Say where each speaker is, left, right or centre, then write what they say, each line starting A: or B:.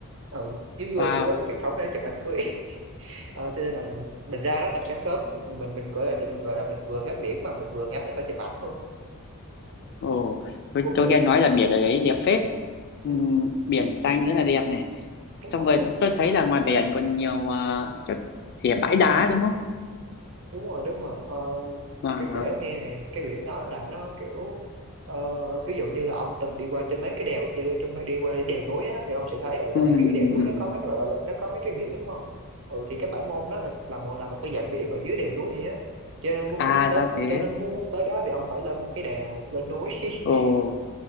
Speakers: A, on the right; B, on the left.
A: ừ, dưới quê
B: Wow,
A: tôi có cái truyền thống để chụp ảnh cưới <laughs> Ờ, cho nên là mình mình ra đó tầm sáng sớm mình mình gọi là gọi là mình vừa ngắm biển mà mình vừa ngắm người ta chụp ảnh luôn
B: ồ, tôi,
A: cũng
B: tôi
A: được
B: nghe nói là biển ở đấy đẹp phết. Ừm,
A: ừ,
B: biển xanh rất là đẹp này.
A: đúng
B: Xong
A: rồi
B: rồi tôi thấy là ngoài biển còn nhiều ờ, chỗ gì là bãi đá đúng không?
A: đúng rồi đúng rồi ờ,
B: Wow.
A: cái kể ông nghe này cái biển đó là nó kiểu ờ, ví dụ như là ông từng đi qua trên mấy cái đèo chứ trong mấy đi qua cái đèo núi á, thì ông sẽ thấy ở, ở
B: ừm,
A: dưới đèo núi
B: ừm.
A: nó có mấy cái bãi bãi- nó có mấy cái biển đúng không ừ thì cái bãi môn đó là là một là một cái dạng biển ở dưới đèo núi vậy á cho nên muốn
B: À
A: muốn tới
B: ra thế.
A: cho nên muốn muốn tới đó thì ông phải lên một cái đèo lên núi <laughs>
B: Ồ.